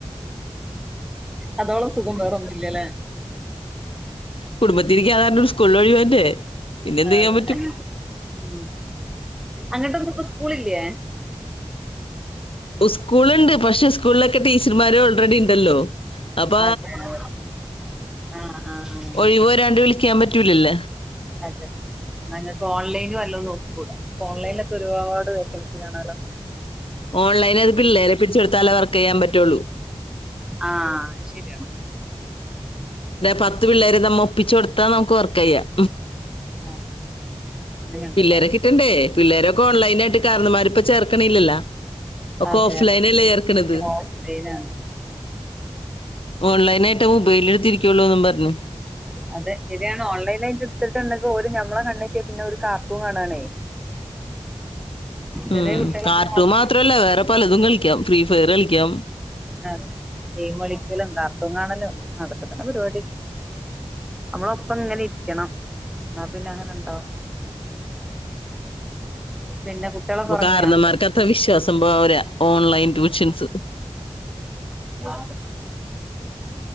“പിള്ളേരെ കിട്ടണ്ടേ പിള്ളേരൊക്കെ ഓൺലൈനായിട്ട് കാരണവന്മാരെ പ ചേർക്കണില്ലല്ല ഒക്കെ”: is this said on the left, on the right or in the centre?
Left